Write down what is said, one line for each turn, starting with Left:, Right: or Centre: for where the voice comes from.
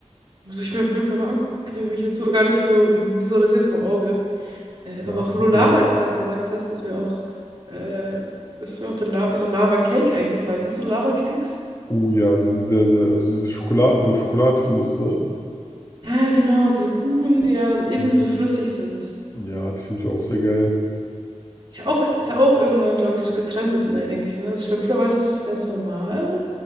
Right: Muss ich mir auf jeden Fall mal angucken. Habe ich jetzt so gar nicht so visualisiert vom Auge. Äh,
Left: Ja,
Right: aber
Left: es
Right: auch
Left: sind
Right: wo du Lava
Left: voll.
Right: jetzt gerade gesagt hast, ist mir auch, äh, ist mir auch der La so ein Lava-Cake eingefallen. Kennst du Lava-Cakes?
Left: Oh ja, die sind sehr, sehr. Also diese Schokoladen, wo Schokolade drin ist, ne?
Right: Ja, genau, diese Kuchen, die ja dann innen
Left: Mhm.
Right: so flüssig sind.
Left: Ja, die finde ich auch sehr geil.
Right: Ist ja auch, ist ja auch irgendwann, glaube ich, so getrendet, ne, denke ich, ne? Also ich glaube, mittlerweile ist das ganz normal.